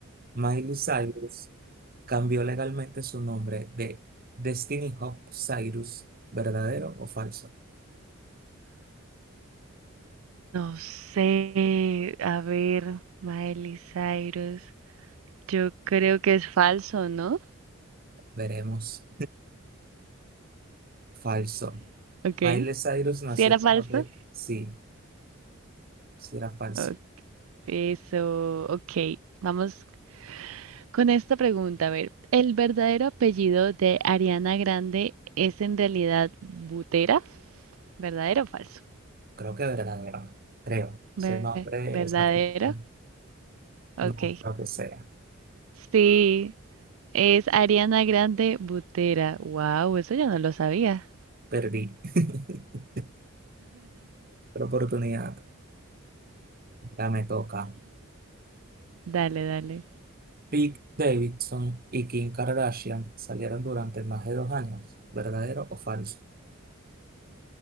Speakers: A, on the right (about 45°); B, on the right (about 80°).
A: Miley Cyrus cambió legalmente su nombre de Destiny Hope Cyrus. ¿Verdadero o falso?
B: No sé, a ver, Miley Cyrus. Yo creo que es falso, ¿no?
A: Veremos. Falso.
B: Ok.
A: Miley Cyrus nació
B: Si era
A: como
B: falso?
A: de... Sí, será falso.
B: O- Eso, ok. Vamos con esta pregunta. A ver, ¿el verdadero apellido de Ariana Grande es en realidad Butera? ¿Verdadero o falso?
A: Creo que verdadero. Creo. Ese
B: Ve-
A: nombre
B: ¿Verdadero?
A: es apellido.
B: Ok.
A: No, lo que sea.
B: Sí, es Ariana Grande Butera. Wow, eso yo no lo sabía.
A: Perdí. <laughs> Otra oportunidad. Ya me toca.
B: Dale, dale.
A: Pete Davidson y Kim Kardashian salieron durante más de dos años. ¿Verdadero o falso?